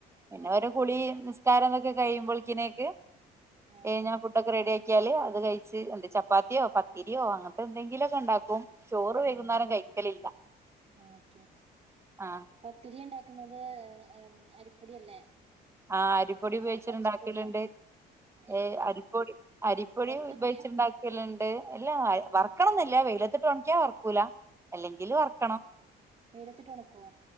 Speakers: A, on the right; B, on the right.
A: പിന്നെ
B: വരും
A: ഓരോ കുളി
B: ആഹ്
A: നിസ്കാരം ഇതൊക്കെ കഴിയുമ്പോൽക്ക്നേക്ക്
B: ആഹ് ആഹ്
A: ഞാൻ ഫുഡൊക്കെ റെഡിയാ കാല് അത് കഴിച്ച് എന്ത് ചപ്പാത്തിയോ പത്തിരിയോ അങ്ങൻത്തെ എന്തെങ്കിലൊക്കെ ഉണ്ടാക്കും. ചോറ്
B: ആഹ്
A: വൈകുന്നേരം കഴിക്കലില്ല.
B: ഓക്കെ
A: ആഹ്
B: പത്തിരി ഇണ്ടാക്കുന്നത് അരിപ്പൊടിയല്ലേ?
A: ആഹ് അരിപ്പൊടി ഉപയോഗിച്ചിട്ടുണ്ടാക്കല്ണ്ട്
B: അത് പച്ചപ്പൊടിയാ എങ്ങനെയാ
A: ഏഹ് അരിപ്പൊടി അരിപ്പൊടി
B: വറുത്ത
A: ഉപയോഗിച്ചിട്ടുണ്ടാ
B: പൊടിയാ
A: ക്കല്ണ്ട് അല്ലാ
B: ഉം,
A: വർക്കണംന്നില്ല വെയിലത്തിട്ട് ഉണക്ക്യാ വർക്കൂല. അല്ലെങ്കില് വർക്കണം
B: വൈലത്ത്ട്ട് ഒണക്കോ?